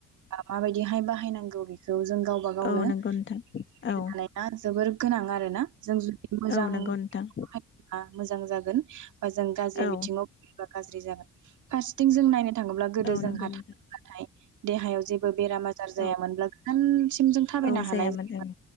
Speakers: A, on the right; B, on the left.
A: माबायदिहाय बाहायनांगौ बेखौ जों गावबा गावनो
B: औ नंगौ नोंथां
A: <unintelligible>
B: औ
A: खालानाया जोबोर <inaudible> गोनां आरोना जों जुदि मोजां
B: औ नंगौ नोंथां
A: <unintelligible> आ मोजां जागोन। ओ जों गाज्रि
B: औ
A: बिथिङाव गाज्रि जागोन फारसेथिं जों नायनो बुंनो थाङोब्ला गोदो
B: औ
A: जोंहा
B: नंगौ नोंथां
A: <unintelligible> नाथाय देहायाव जेबो बेराम आजार जायामोनब्ला
B: औ
A: गोजानसिम जों थाबायनो
B: औ जायामोन
A: हानाय जायोमोन
B: ओं